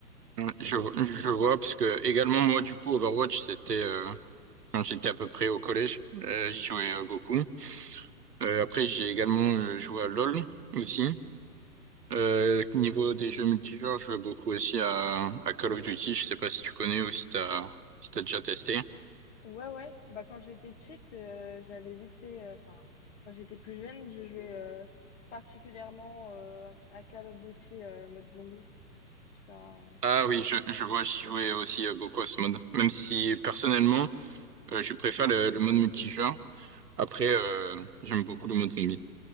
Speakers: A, on the right; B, on the left.
A: Euh, Je, je vois, parce que également moi du coup Overwatch c'était euh, quand j'étais à peu près au collège, euh, j'y jouais euh, beaucoup. Euh, après j'ai également euh, joué à LoL aussi. Euh, niveau des jeux multijoueurs, je joue beaucoup aussi à, à Call of Duty. Je sais pas si tu connais ou si t'as si t'as déjà testé.
B: Ouais, ouais. Bah, quand j'étais petite, euh, j'avais vite fait. euh, Enfin, quand j'étais plus jeune, je jouais euh, particulièrement euh, à Call of Duty euh, mode zombie. Je sais pas.
A: Ah oui, je, je vois, j'y jouais aussi euh, beaucoup à ce mode. Même si personnellement, euh, je préfère le, le mode multijoueur. Après, euh, j'aime beaucoup le mode zombie.